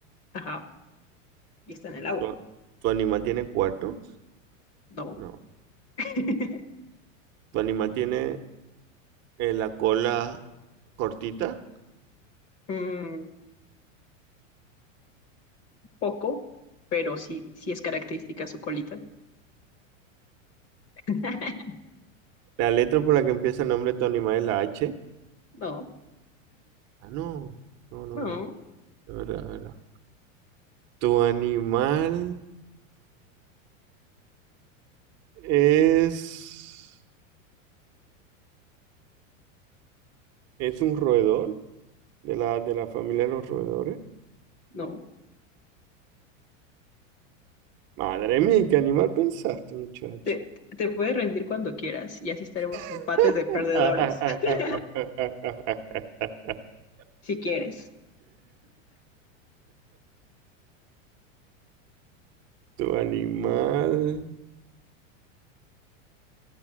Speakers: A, on the left; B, on the right.
A: ajá. Y está en el agua.
B: ¿Tu, tu animal tiene cuernos?
A: No.
B: No.
A: <laughs>
B: Tu animal tiene eh, la cola cortita.
A: Mm, poco, pero sí, sí es característica su colita. <laughs>
B: La letra por la que empieza el nombre de tu animal es la H.
A: No,
B: Ah, no. No, no,
A: no,
B: no, no. De verdad, de verdad. Tu animal es. Es un roedor de la, de la familia de los roedores.
A: no.
B: Madre mía, ¿y ¿qué animal pensaste, muchacho?
A: Te, te puedes rendir cuando quieras y así estaremos empates
B: <laughs>
A: de perdedores, <laughs> si quieres.
B: Tu animal